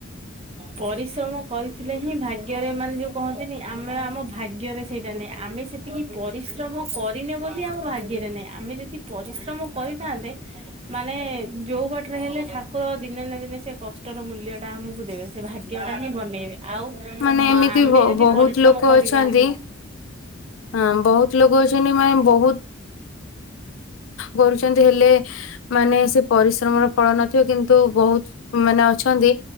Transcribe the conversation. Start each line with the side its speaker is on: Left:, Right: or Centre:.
Right: ପରିଶ୍ରମ କରିଥିଲେ ହିଁ ଭାଗ୍ୟରେ ମାନେ ଯୋଉ କହନ୍ତିନି ଆମେ ଆମ ଭାଗ୍ୟରେ ସେଇଟା ନାଇଁ। ଆମେ ସେତିକି ପରିଶ୍ରମ କରିନେ ବୋଲି ଆମ ଭାଗ୍ୟରେ ନାହିଁ। ଆମେ ଯଦି ପରିଶ୍ରମ କରିଥାନ୍ତେ ମାନେ ଯୋଉ ବାଟରେ ହେଲେ ଠାକୁର ଦିନେ ନା ଦିନେ ସେ କଷ୍ଟର ମୂଲ୍ୟ ଟା ଆମକୁ ଦେବେ ସେ ଭାଗ୍ୟଟା ହିଁ ବନେଇବେ। ଆଉ
Left: ମାନେ
Right: ମ
Left: ଏମିତି
Right: ଆମେ
Left: ବ
Right: ଯଦି
Left: ବହୁତ
Right: ପରିଶ୍ରମ
Left: ଲୋକ
Right: କରିବାନି
Left: ଅଛନ୍ତି ହଁ ବହୁତ ଲୋକ ଅଛନ୍ତି ମାନେ ବହୁତ କରୁଛନ୍ତି, ହେଲେ ମାନେ ସେ ପରିଶ୍ରମର ଫଳ ନଥିବ କିନ୍ତୁ ବହୁତ ମାନେ ଅଛନ୍ତି